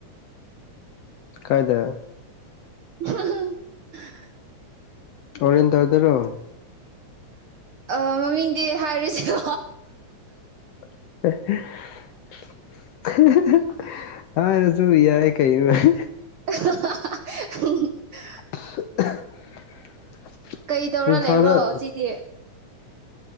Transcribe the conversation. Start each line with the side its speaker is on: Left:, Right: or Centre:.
Left: ꯀꯥꯏꯗ
Right: ꯑ
Left: ꯑꯣꯔꯦꯟ ꯇ ꯍꯥꯏꯗꯔꯣ
Right: ꯑ ꯃꯃꯤꯡꯗꯤ ꯍꯥꯏꯔꯨꯁ
Left: <unintelligible> ꯍꯥꯥ ꯔꯁꯨꯨ ꯏ ꯌꯥꯏ ꯀꯩꯅꯅꯨꯡꯥꯏ
Right: ꯎ
Left: <unintelligible>
Right: ꯀꯩꯗꯧꯔ
Left: ꯏꯝꯐꯥꯜꯗ
Right: ꯂꯩꯕ꯭ꯔꯣ ꯁꯤꯗꯤ